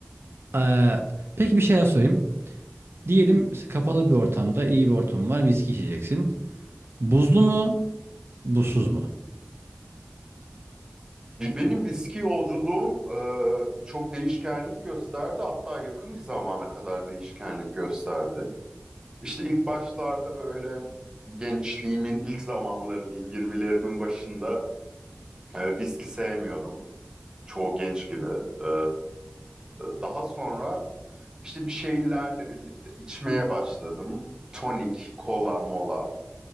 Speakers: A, on the right; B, on the right.
A: Ee, peki bir şey daha sorayım. Diyelim
B: hı.
A: kapalı bir ortamda iyi bir ortam var viski içeceksin. Buzlu mu buzsuz mu?
B: Benim viski yolculuğum e, çok değişkenlik gösterdi. Hatta yakın bir zamana kadar değişkenlik gösterdi. İşte ilk başlarda böyle gençliğimin ilk zamanları diyeyim 20'lerimin başında e, viski sevmiyordum. Çoğu genç gibi. E, daha sonra işte bir şeylerle birlikte içmeye başladım. Tonik, kola, mola.